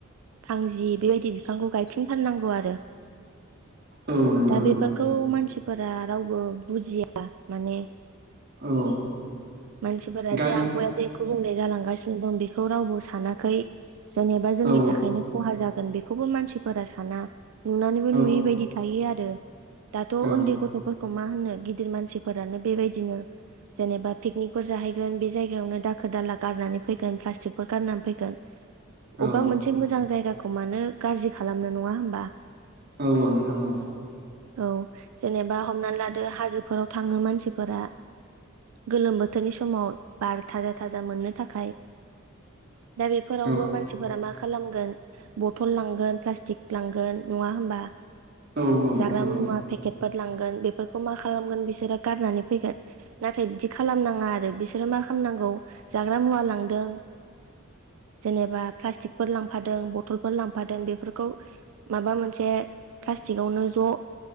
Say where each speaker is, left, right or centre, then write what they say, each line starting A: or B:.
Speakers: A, on the right; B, on the right.
A: थांजि बेबायदि बिफांखौ गायफिनथारनांगौ आरो।
B: औ नंगौ
A: दा
B: नंगौ
A: बेफोरखौ मानसिफोरा रावबो बुजिया माने।
B: औ
A: मानसिफोरा
B: गारि
A: जे आबहावाया दैखौ बुंनाय जालांगासिनो दं बेखौ रावबो सानाखै जेनेबा जोंनि
B: औ
A: थाखायनो खहा जागोन बे बे खौबो मानसिफोरा साना नुनानैबो
B: औ
A: नुयैबायायदि थायो आरो दाथ उन्दै
B: औ
A: गथ गथफोर खौ मा होनो गिदिर मानसिफोरानो बेबायदिनो जेनेबा पिकनिकफोर जाहैगोन बे जायगायावनो दाखोर दाला गारनानै फैगोन प्लास्टिकफोर गारनानै फैगोन
B: औ
A: अबेबा मोनसे मोजां जायगाखौ मानो गाज्रि खालामनो नङा होमबा
B: औ औ नोंथां औ
A: औ जेनेबा हमनानै लादो हाजोफोराव थाङो मानसिफोरा गोलोम बोथोरनि समाव बार थाजा थाजा मोननो थाखाय दा बेफोरावबो
B: औ
A: मानसिफोरा मा खालामगोन बथल लांगोन प्लास्टिक लांगोन नङा हबा
B: औ औ नोंथां
A: जाग्रा मुवा
B: औ
A: पेकेटफोर लांगोन बेफोरखौ मा खालामगोन बिसोरो गारनानै फैगोन । नाथाय बिदि खालामनाङा आरो बिसोरो मा खालामनांगौ जाग्रा मुवा लांदों <inaudible> जेनेबा प्लास्टिकफोर लांफादों बथलफोर लांफादों बेफोरखौ माबा मोनसे प्लास्थिकावनो ज